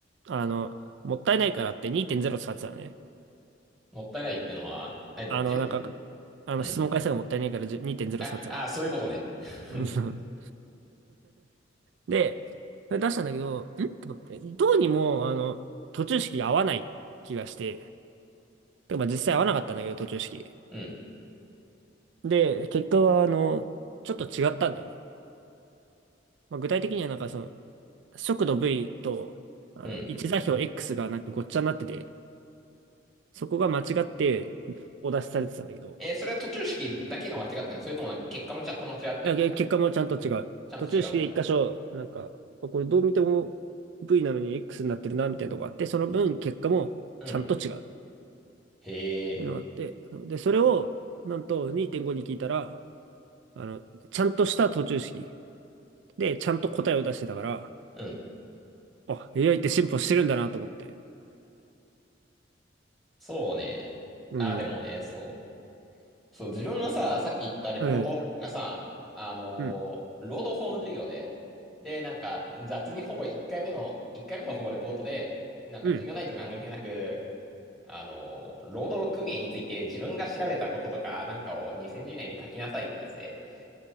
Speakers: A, on the right; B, in the centre.
A: あの、もったいないからって2.0使ってたのね。
B: もったいないってのは、あ、じゅ、
A: あの、なんか、あの、
B: うん。
A: 質問回数がもったいないからじゅ2.0使ってたの。
B: あ、あ、そういうことね。<laughs>
A: <laughs> うんで、それ出したんだけど、んと思って、どうにも、あの、途中式が合わない気がして、てかまあ実際合わなかったんだけど、途中式。
B: うん、
A: で、結果は、あの、ちょっと違ったんだよね。まあ、具体的にはなんかその、速度 V と、あの、
B: うん。
A: 位置座標 X がなんかごっちゃになってて、そこが間違ってお出しされてたんだけど、
B: えーそれは途中式だけが間違ってんのそれともなんか結果もちゃんと間違ってんの
A: いや、結果もちゃんと違う。
B: ちゃんと違うんだ。
A: 途中式で一箇所、なんか、あこれどう見ても V なのに X になってるな、みたいなとこがあって、その分結果もちゃんと違う。
B: うん。
A: っ
B: へえ、
A: ていうのがあって、で、それを、なんと2.5に聞いたら、あの、ちゃんとした途中式で、ちゃんと答えを出してたから、
B: うん。
A: あ、AI って進歩してるんだなと思って。
B: そうね。
A: うん。
B: あ、でもね、そう。そう、自分はさ、さっき言ったレポートがさ、
A: ええ、
B: あのー労働法の授業で、
A: うん、
B: で、なんか、雑にほぼ1回目の、1回目のほぼレポートで、なんか授業内と関係なく、
A: うん。
B: あのー労働組合について自分が調べたこととか、なんかを2000字以内で書きなさいってやつで、